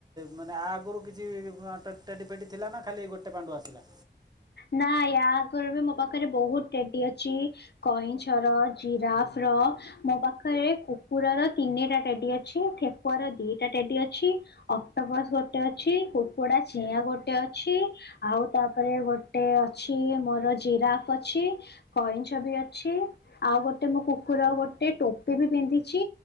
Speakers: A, on the right; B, on the left.
A: ମାନେ ଆଗରୁ କିଛି ଟେଡି ଫେଡି ଥିଲା ନା ଖାଲି ଗୋଟେ ପାଣ୍ଡୁ ଆସିଲା।
B: ନା ୟା ଆଗରେ ବି ମୋ ପାଖରେ ବହୁତ ଟେଡି ଅଛି କଇଁଛ ର ଜିରାଫ ର ମୋ ପାଖରେ କୁକୁର ର ତିନିଟା ଟେଡି ଅଛି। ଠେକୁଆ ର ଦିଟା ଟେଡି ଅଛି ଅକ୍ଟୋପସ ଗୋଟେ ଅଛି। କୁକୁଡ଼ା ଚିଆଁ ଗୋଟେ ଅଛି। ଆଉ ତାପରେ ଗୋ ଗୋଟେ ଅଛି ମୋର ଜିରାପ ଅଛି। କଇଁଛ, ବି ଅଛି। ଆଉ ଗୋଟେ ମୋ କୁକୁର ଗୋଟେ ଟୋପି ବି ପିନ୍ଧିଛି